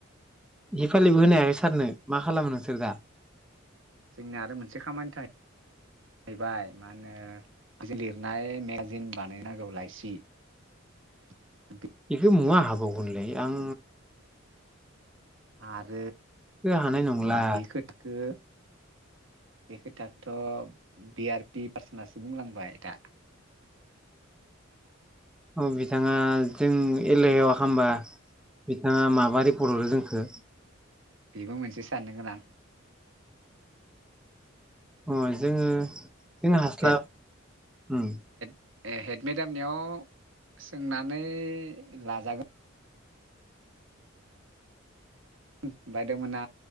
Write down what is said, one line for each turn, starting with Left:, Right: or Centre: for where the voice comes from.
Centre: हिफालिबो होनो हायाखै सारनो मा खालामो नोंसोर दा?
Right: जोंनिया आरो मोनसे खामानि थाखाय जाहैबाय मा होनो बि लिरनाय मेगाजिन बानायनांगौ लायस दि।
Centre: हे मुवा हाबावगोनलै आं
Right: आर
Centre: बे हानाय नंला।
Right: खोथाखो बे खोथाखौथ' बि आर पि पार्सनासो बुंलांबाय दा।
Centre: औ बिथाङा जों एलेहायाव हामबा बिथाङा माबा रिपर्ट हरो जोंखो।
Right: बेबो मोनसे साननो गोनां।
Centre: अ' जोङो जोङो हास्लाब
Right: हेड
Centre: उम।
Right: ए हेड मेदामनियाव सोंनानै लाजागोन। उम बायद'मोना